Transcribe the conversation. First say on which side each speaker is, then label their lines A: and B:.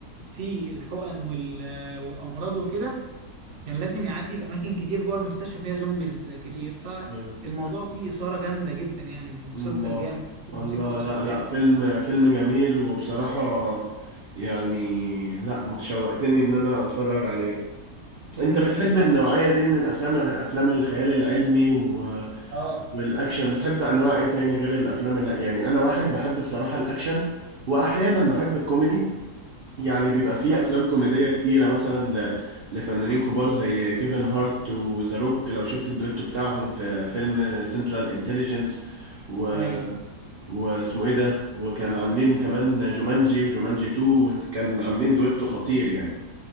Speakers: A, on the right; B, on the right.
A: في الحقن وال- والامراض وكده كان لازم يعدي باماكن كتير جوه المستشفى فيها زومبيز كتير فالموضوع
B: تمام.
A: فيه اثاره جامده جدا يعني المسلسل
B: الله
A: جامد موسيقى
B: الله
A: تصويريه
B: لا لا فيلم فيلم جميل وبصراحة يعني لا ما شوقتني إن أنا أتفرج عليه
A: فيلم
B: أنت بتحب
A: جميل بصراحه
B: النوعية دي من الأفلام أفلام الخيال العلمي و...
A: اه
B: والأكشن بتحب أنواع إيه تاني غير الأفلام اللي... يعني أنا واحد بحب الصراحة الأكشن وأحيانا بحب الكوميدي يعني بيبقى فيه
A: أنا-
B: افلام كوميديه كتيره مثلا ل... لفنانين كبار زي كيفن هارت وذا روك لو شفت الدويتو بتاعهم في فيلم سنترال انتليجنس و...
A: ايوه
B: واسمه ايه ده وكان عاملين كمان جومانجي وجومانجي 2 كان عاملين دويتو خطير يعني